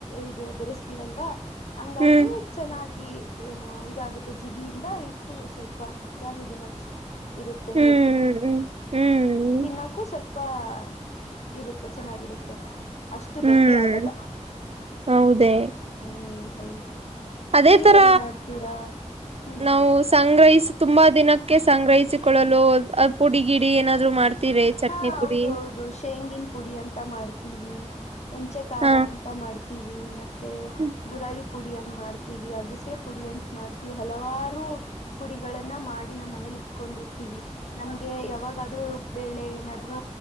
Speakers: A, on the left (about 65°); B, on the right (about 55°).
A: ಇದು ಬೆರೆಸ್ತೀವಲ್ವಾ ಹಂಗಾಗಿ
B: ಹ್ಮ್
A: ಚೆನ್ನಾಗಿ ಜಗ ಏನು ಇದಾಗುತ್ತೆ ಜಿಗಿಯಿಂದ ಇಟ್ಟು ಸ್ವಲ್ಪ ಜಾಸ್ತಿ ದಿನ ಇರುತ್ತೆ
B: ಹ್ಮ್
A: ರೊಟ್ಟಿ
B: ಹ್ಮ್ ಹ್ಮ್
A: ತಿನ್ನಕ್ಕೂ ಸ್ವಲ್ಪ ತಪ್ಪಾ ಇರುತ್ತೆ ಚೆನ್ನಾಗಿರುತ್ತೆ ಅಷ್ಟು
B: ಹ್ಮ್
A: ಗಟ್ಟಿ ಆಗಲ್ಲ
B: ಹೌದೇ
A: ಹ್ಮ್ ಹೌದು
B: ಅದೇ
A: ನೀವೇನ್
B: ತರ
A: ಮಾಡ್ತೀರಾ ಹ್ಮ್
B: ನಾವು ಸಂ ಸಂಗ್ರಹಿಸಿ ತುಂಬಾ ದಿನಕ್ಕೆ ಸಂಗ್ರಹಿಸಿಕೊಳ್ಳಲು ಪುಡಿ ಗಿಡಿ ಏನಾದ್ರು ಮಾಡ್ತೀರಿ ಚಟ್ನಿ
A: ಹಾ ಹೌದು
B: ಪುಡಿ
A: ಹೌದು ಶೇಂಗಿನ ಪುಡಿ ಅಂತ ಮಾಡ್ತೀವಿ ಹಂಚೆ ಖಾರ
B: ಹ
A: ಅಂತ ಮಾಡ್ತೀವಿ ಮತ್ತೆ
B: ಹ್ಮ್
A: ಗುರಾಳಿ ಪುಡಿ ಅಂತ ಮಾಡ್ತೀವಿ ಅಗಸೆ ಪುಡಿ ಅಂತ ಮಾಡ್ತೀವಿ ಹಲವಾರು ಪುಡಿಗಳನ್ನ ಮಾಡಿ ನಮ್ಮ ಮನೆ ಇಟ್ಕೊಂಡಿರ್ತವಿ ನಮಗೆ ಯಾವಾಗ ಬೇಳೆ ಏನಾದ್ರೂ